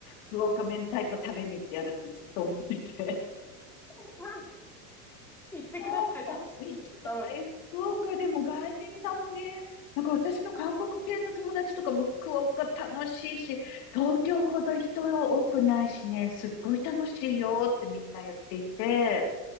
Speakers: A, on the left; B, in the centre.
A: 福岡明太子食べに行ってやるってずっと思ってて。
B: <laughs> 行ってください。
A: あー行きたい。
B: 楽しいですよ、多分。
A: 福岡でも外人さんもね、なんか私の韓国系の友達とかも福岡楽しいし、東京ほど人多くないしね、すっごい楽しいよってみんな言っていて、